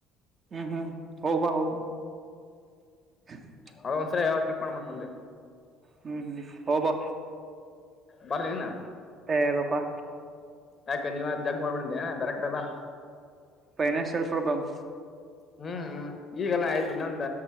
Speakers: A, on the right; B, on the left.
A: ಹ್ಮ್ ಹ್ಮ್ ಹೋಗ್ ಬಾ ಹೋಗ್ ಬಾ <inaudible>
B: ಅದ ಒಂದ್ಸ ಯಾವ ಟ್ರಿಪ್ ಮಾಡ ಮತ್ ಬಂದೆ
A: ಹ್ಮ್ ಹೋಬಾ
B: ಬರ್ ನೀನು
A: ಎ ಇಲ್ಲಪಾ
B: ಯಾಕ ನೀವ್ ಅ ಜಗ್ ಮಾಡ್ಬಿಡ್ದೆ ಬರ ಕಡಿ ಬ
A: ಫೈನಾನ್ಷಿಯಲ್ ಪ್ರಾಬ್ಲಮ್
B: ಹ್ಮ್ ಈಗೆಲ್ಲಾ ಐದ್ ಇನ್ನೊಂದ್